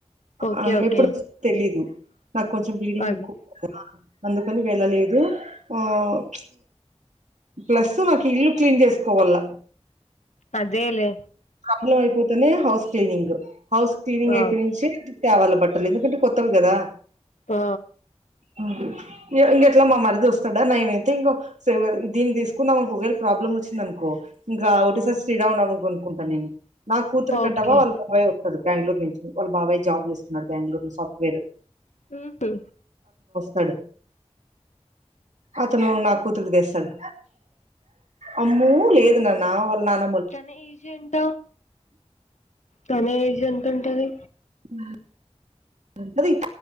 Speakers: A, on the left; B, on the right.
A: ఓకే
B: ఆ
A: ఓకే
B: ఎప్పుడు తెలీదు. నాక్ కొంచెం బ్లీడింగ్
A: అదే
B: ఎక్కువ్ <unintelligible> అందుకని వెళ్ళలేదు ఆ ప్చ్. ప్లస్సు నాకి ఇల్లు క్లీన్ జేస్కోవాల్ల.
A: అదేలె.
B: <unintelligible> అయ్పోతనే హౌస్ క్లీనింగు. హౌస్ క్లీనింగ్
A: ఆ
B: అయిపెయ్ నించి. త్యావాల బట్టలు ఎందుకంటె కొత్తవ్ గదా.
A: ఆ
B: అ య ఇంగెట్ల మా మరిదొస్తడా నైనైతె ఇంగొ <unintelligible> దీన్ని దీస్కున్నామనుకో ఒగేల్ ప్రాబ్లమొచ్చిందనుకో. ఇంగా ఒకటేసారి
A: ఉమ్
B: శ్రీరామనవమి. కుంట నేను. నా కూతురుకంటవా
A: ఓకే
B: వాళ్ళ బాబాయొప్పడు బ్యాంగ్ళూర్ నుంచి వాళ్ళ బాబాయ్ జాబ్ జేస్. మరి బెంగ్ళూరు లో సాఫ్ట్వేర్
A: ఉహు
B: తాడు అతను నా కూతురికి తెస్తాడు అమ్ము లేదు నాన్న వాళ్ళు <unintelligible>
A: తన ఏజ్ ఎంత తన ఏజ్ ఎంతుంటది
B: ఆ ఉంటది